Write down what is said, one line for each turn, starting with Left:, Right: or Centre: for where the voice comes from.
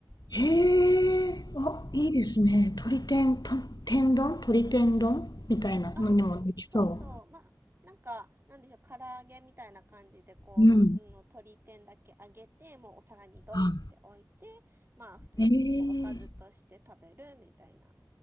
Left: へえ、あ、いいですね。鶏天、と、天丼鶏天丼みたいなのにもできそ
Right: あそうそうそうまあなんかなんでしょう唐揚げみたいな感じでこう、
Left: う。うん。
Right: うん、鶏天だけ揚げてもうお皿にドンって置いて
Left: あ、
Right: まあ普通にこうおかずとして食べるみたいな
Left: ええ、